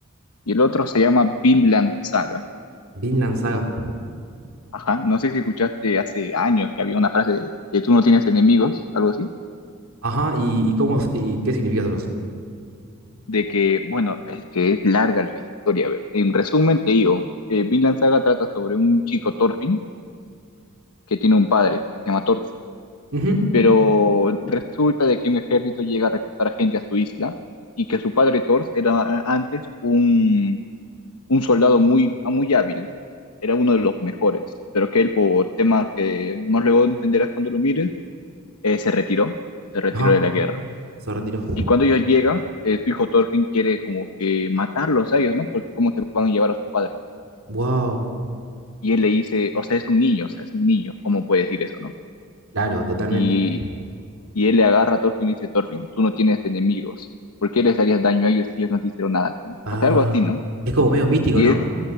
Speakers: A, on the left; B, on the right.
A: Y el otro se llama Vinland Saga.
B: Vinland Saga.
A: Ajá, no sé si escuchaste hace años que había una frase de que tú no tienes enemigos, algo así.
B: Ajá, ¿y, y cómo, s- y qué significa esa frase?
A: de que, bueno, es que es larga la historia. A ver, en resumen te digo, eh, Vinland Saga trata sobre un chico Thorfinn que tiene un padre, que se llama Thor,
B: Ujú.
A: pero resulta de que un ejército llega a reclutar a gente a su isla y que su padre Thor era eh, antes un, un soldado muy, muy hábil, era uno de los mejores, pero que él por temas que más luego entenderás cuando lo mires, eh, se retiró, se retiró
B: Ajá,
A: de la guerra.
B: se retiró.
A: Y cuando ellos llegan, eh, tu hijo Thorfinn quiere como que matarlos a ellos, ¿no? Porque cómo te van a llevar a su padre.
B: Wow,
A: Y él le dice, o sea, es un niño, o sea, es un niño, ¿cómo puede decir eso, no?
B: claro, totalmente.
A: Y, y él le agarra a Thorfinn y dice, Thorfinn, tú no tienes enemigos, ¿por qué les harías daño a ellos si ellos no te hicieron nada a ti?
B: Ah,
A: O sea, algo así, ¿no?
B: es como medio místico,
A: Y
B: ¿no?
A: es,